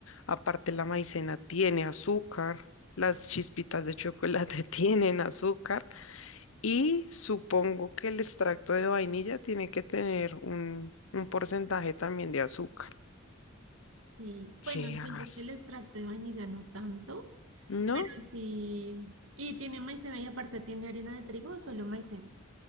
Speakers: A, on the left (about 75°); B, on the right (about 75°).
A: aparte la maicena tiene azúcar, las chispitas de chocolate <laughs> tienen azúcar y supongo que el extracto de vainilla tiene que tener un, un porcentaje también de azúcar.
B: sí.
A: ¿Qué
B: Bueno, siento
A: haces?
B: que el extracto de vainilla no tanto.
A: ¿No?
B: Pero sí. ¿Y tiene maicena y aparte tiene harina de trigo o solo maicena?